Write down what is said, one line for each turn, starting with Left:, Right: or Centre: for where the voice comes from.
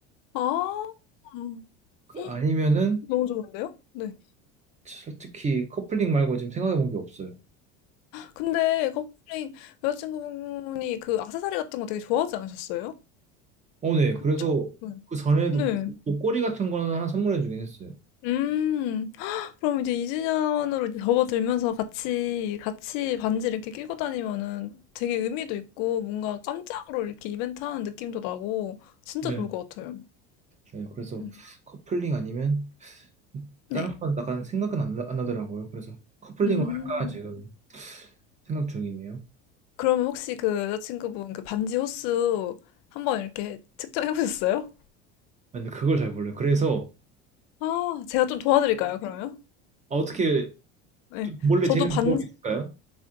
Left: 아. 음.
Right: 그-
Left: 헉,
Right: 아니면은
Left: 너무 좋은데요? 네.
Right: 솔직히 커플링 말고 지금 생각해본 게 없어요.
Left: 근데 컴플레인 여자친구분이 그 액세서리 같은 거 되게 좋아하지 않으셨어요?
Right: 어, 네. 그래서
Left: 그쵸? 네.
Right: 그 전에도
Left: 네.
Right: 목- 걸이 같은 거는 하나 선물해주긴 했어요.
Left: 음. <gasps> 그럼 이제 2주년으로 이제 접어들면서 같이 같이 반지 이렇게 끼고 다니면은 되게 의미도 있고 뭔가 깜짝으로 이렇게 이벤트 하는 느낌도 나고 진짜
Right: 네.
Left: 좋을 것 같아요.
Right: 네, 그래서
Left: 음.
Right: 커플링 아니면
Left: 네.
Right: 다른 건 약간 생각은 안, 나- 안 나더라고요. 그래서 커플링을
Left: 음.
Right: 할까 지금 생각 중이네요.
Left: 그러면 혹시 그 여자친구분 그 반지 호수 한번 이렇게 측정해 보셨어요?
Right: 아니, 근데 그걸 잘 몰라요. 그래서
Left: 아, 제가 좀 도와드릴까요, 그러면?
Right: 아, 어떻게
Left: 네.
Right: 좀 몰래
Left: 저도
Right: 재는
Left: 반,
Right: 방법이 있을까요?